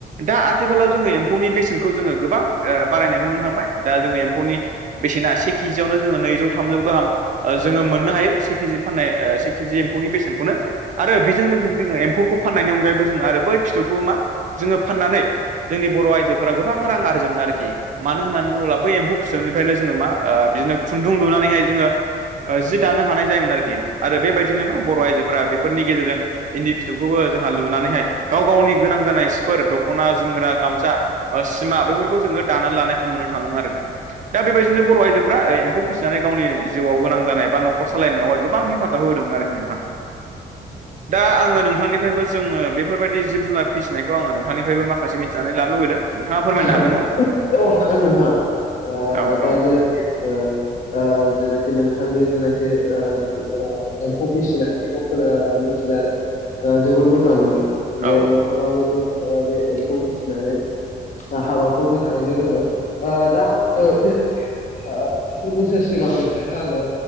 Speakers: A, on the right; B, on the left.
A: दा आथिखालाव जोङो एम फौनि बेसेनखौ जोङो गोबां ओ बारायनायखौ नुनो थांबाय दा जोङो एम्फौनि बेसेना से केजियावनो जोङो नैजौ थामजौ गाहाम ओ जोङो मोननो हायो से केजि फाननाय ओ से केजि एम फौनि बेसेनखौनो आरो बेजों लोगोसे जोङो एम्फौखौ फाननायनि अनगायैबो जोङो आरो बै फिथोबखौ मा जोङो फाननानै जोंनि बर' आइजोफोरा गोबां रां आरजियोमोन आरोखि मानो होननानै बुङोब्ला बै एम्फौ फिथोबनिफ्रायनो जोङो मा ओ बिदिनो खुन्दुं लुनानैहाय जोङो ओ जि दानो हानाय जायोमोन आरोखि आरो बे बायदिनो मा बर' आइजोफ्रा बेफोरनि गेजेरजों इन्दि फिथोबखौबो जोंहा लुनानैहाय गाव गावनि गोनां जानाय सिफोर द खना जोमग्रा गामसा ओ सिमा बैफोरखौ जोङो दानानै लानायखौ नुनो थाङोमोन आरो। दा बेबायदिनो बर' आइजोफ्रा ओ एम्फौ फिसिनानै गावनि जिउआव गोनां जानाय बा न'खर सालायनायावहाय गोबां हेफाजाब होदोंमोन आरोखि नों थां दा आङो नोंथांनिफ्रायबो जोङो बेफोरबायदि जिब जुनार फिसिनायखौ आङो नोंथांनिफ्रायबो माखासे मिथिनानै लानो लुबैदों। नोंथाङा फोरमायनो
B: औ
A: हागोन ना
B: औ हागोन नोंथां ओ
A: औ
B: दा
A: औ
B: जों ओ ओ जेनाखि नोंथांनि जेनाखि ओ ओ एम्फौ फिसिनाय बेखौ खोना मिथिनानै ओ जोबोर मोजां मोनदों
A: औ
B: जे नोंथाङाबो जे ओ बे एम्फौ फिसिनानै हाबाखौ मोजाङैनो रोङो ओ दा <inaudible> <unintelligible> बोसोर सिगांनिफ्रायनो आङो